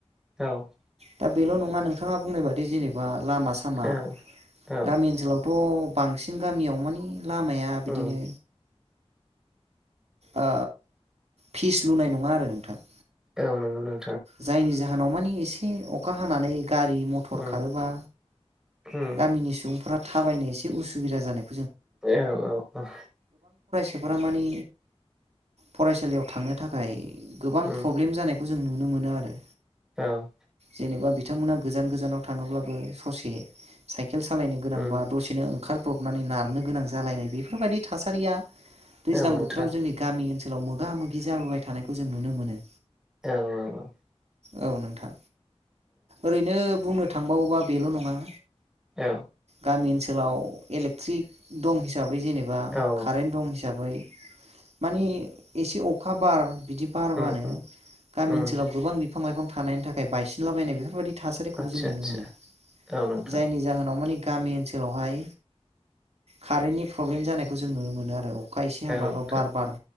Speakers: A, in the centre; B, on the right (about 75°).
A: औ।
B: दा बेल' नङा नोंथाङा बुंनाय बादि जेनेबा लामा सामा
A: औ औ
B: गामि ओनसोलाव थ' बांसिन गामियाव मानि लामाया
A: उम
B: बिदिनो अ फिस लुनाय नङा आरो नोंथां।
A: औ नोंगौ नों
B: जायनि जाहोनाव माने एसे अखा हानानै गारि-मटर
A: उम
B: खारोबा
A: उम
B: गामिनि सुबुंफोरा थाबायनो एसे उसुबिदा जानाय
A: ए औ औ
B: हरामाने फरायसालियाव थांनो थाखाय गोबां
A: उम
B: प्रब्लेम जानायखौ जों नुनो मोनो आरो
A: औ
B: जेनेबा बिथांमोना गोजान गोजानाव थाङोब्लाबो ससे साइ केल सालायनो गोनांबा
A: उम
B: दसेनो ओंखारब्रबनानै नारनो गोनां जालायनाय बेफोरबायदि थासारिया दैज्लां
A: औ नोंथां
B: बोथोराव जोंनि गामि ओनसोलाव मोगा-मोगि जाबोबाय थानायखौ जों नुनो मोनो।
A: औ औ औ
B: औ नोंथां ओरैनो बुंनो थांबावोबा बेल' नङा
A: औ
B: गामि ओनसोलाव इलेक्ट्रिक दं हिसाबै जेनेबा
A: औ
B: कारेन्ट दं हिसाबै माने एसे अखा-बार बिदि बारबानो
A: उम उम
B: गामि
A: उम
B: ओनसोलाव गोबां बिफां-लाइफां थानायनि थाखाय बायसिनलाबायनाय बेफोरबायदि थासारिखौबो
A: आदसा
B: जों नुनो
A: आदसा
B: मोनो।
A: औ नोंथां
B: जायनि जाहोनाव माने गामि ओनसोलावहाय कारेन्टनि प्रब्लेम जानायखौ जों नुनो मोनो आरो अखा एसे
A: औ
B: हाबा
A: नोंथां
B: बा बार बार